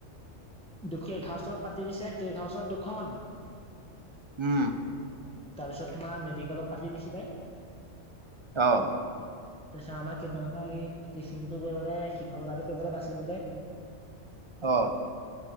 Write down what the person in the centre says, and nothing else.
দুখেই ঘাউচত পাতি দিছে কেইঘাউচত দুখন
তাৰপিছত তোমাৰ মেডিকেলত পাতি দিছিলে।
তাৰপিছত আমাক কেইটামানৰ এই টিচিংটো কৰিবলে শিক্ষকতাটো কৰিবলে বাছি দিলে।